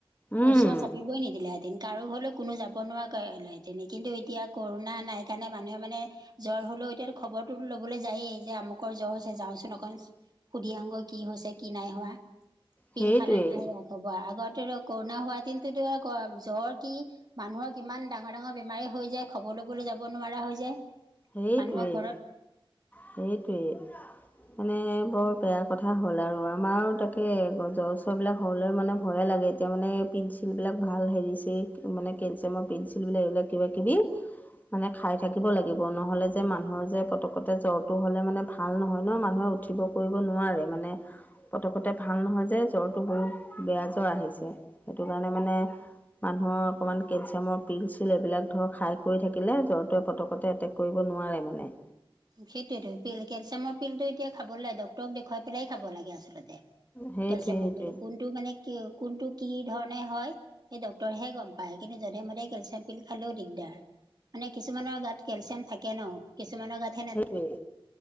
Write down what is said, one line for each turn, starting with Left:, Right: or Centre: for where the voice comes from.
Left: উম
Right: ওচৰ চাপিবই নিদিলেঁতেন, কাৰো ঘৰলৈ কোনো যাব নোৱাৰা কৰিলে হেতেন। কিন্তু, এতিয়া কৰ'না নাই কাৰণে, মানুহে মানে, জ্বৰ হ'লেও এতিয়াতো, খবৰটো ল'বলৈ যায়েই! যে, আমুকৰ জ্বৰ হৈছে, যাওঁচোন অকন। সুধি আহোঁগৈ, কি হৈছে, কি নাই হোৱা।
Left: সেইটোৱেই
Right: পিল খালে নে নাই? হ'ব। আগতে, ত' কৰ'না হোৱা হেঁতেনতো, জ্বৰ কি মানুহৰ কিমান, ডাঙৰ-ডাঙৰ বেমাৰে হৈ যায়! খবৰ ল'বলৈ যাব নোৱাৰা হৈ যায়।
Left: সেইটোৱেই,
Right: মানুহৰ ঘৰত
Left: সেইটোৱেই! মানে, বৰ বেয়া কথা হ'ল আৰু! আমাৰো তাকে, জ্বৰ- চৰ বিলাক হ'লে মানে, ভয়ে লাগে! এতিয়া মানে, পেঞ্চিলবিলাক ভাল, সেৰি-চেৰি মানে, কেলছিয়ামৰ পিল-চিল বিলাক, এইবিলাক কিবাকিবি। মানে, খাই থাকিব লাগিব, নহ'লে যে, মানুহৰ যে পতকতে জ্বৰটো হ'লে মানে, ভাল নহয়, ন'! মানুহে উঠিব- কৰিব নোৱাৰে। মানে, পতকতে ভাল নহয় যে, জ্বৰটো বহুত বেয়া জ্বৰ আহিছে! সেইটো কাৰণে মানে, মানুহৰ অকমান, কেলচিয়ামৰ পিল-চিল এইবিলাক ধৰ, খাই কৰি থাকিলে, জ্বৰটোৱে পতকতে এটেক কৰিব নোৱাৰে মানে
Right: সেইটোৱেতো পিল কেলচিয়ামৰ পিলতো এতিয়া খাব নেলাই ডক্তৰক দেখুৱাই পেলাই খাব লাগে আচলতে
Left: সেইটোৱে
Right: কেলচিয়ামৰ
Left: সেইটোৱে
Right: পিল কোনটো মানে কি কোনটো কি ধৰণে হয় এই ডক্টৰেহে গম পায় কিন্তু যধে মধে কেলচিয়াম পিল খালেও দিগদাৰ মানে কিছুমানৰ গাত কেলচিয়াম থাকে ন কিছুমানৰ গাত <inaudible>
Left: সেইটোৱেই